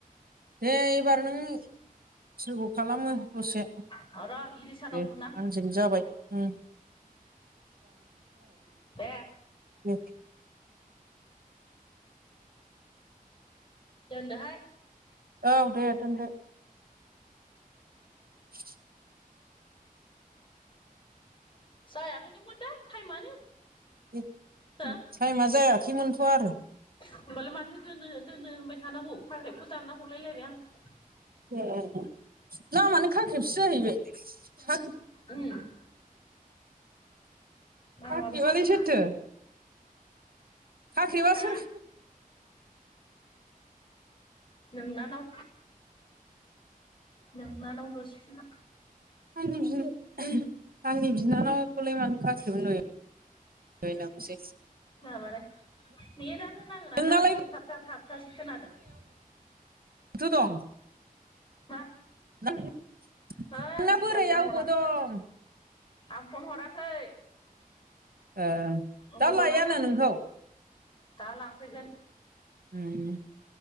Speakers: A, on the right; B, on the left.
A: दे एबार नों सोरग' खालामो दसे
B: आं र' इलिसानाव
A: दे
B: बुनां
A: आंजों जाबाय उम।
B: दे
A: <unintelligible>
B: दोनदो हाय
A: औ दे दोनदो। <inaudible>
B: <unintelligible>
A: उम
B: हो
A: टाइमा जायाखैमोनथ' आरो
B: होमबालाय माथो दोनो दोनो होनबाय थानांगौ खारदैखौ दानना हरलायलायबाय आं
A: ए लामानो खाख्रेबसो जाहैबाय
B: उम मामाबो
A: बिवायालाय
B: खाख्रेब
A: सोरथो खाख्रिबा
B: हा
A: सोर?
B: नोंनानाव नोंनानाव ज'सिफिना
A: आंनि बि आंनि बिनानावखौलाय मानो खाख्रेबहोनो लय लांसै
B: माबालाय नेटनो नाङोना
A: नोंनालाय
B: नाङा एसे थाबथा थाबथासो खोनादों
A: गोथ' दं
B: मा?
A: नोंना
B: ओइ आं मिथिया
A: बोराइ
B: फन
A: अबाव
B: हराखै
A: दं?
B: आं फन हराखै
A: ओ
B: उमुदक
A: दा लायानो
B: आंहा
A: नोंखौ?
B: दा लांफैगोन
A: उम